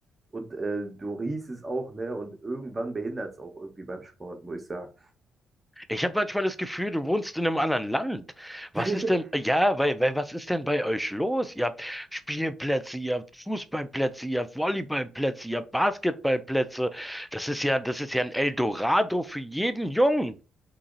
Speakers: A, on the right (about 25°); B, in the centre.
A: und äh, du riechst es auch, ne? Und irgendwann behindert es auch irgendwie beim Sport, muss ich sagen.
B: Ich habe manchmal das Gefühl, du wohnst in einem anderen Land. Was
A: <laughs>
B: ist denn, ja, weil, weil, was ist denn bei euch los? Ihr habt Spielplätze, ihr habt Fußballplätze, ihr habt Volleyballplätze, ihr habt Basketballplätze. Das ist ja, das ist ja ein Eldorado für jeden Jungen.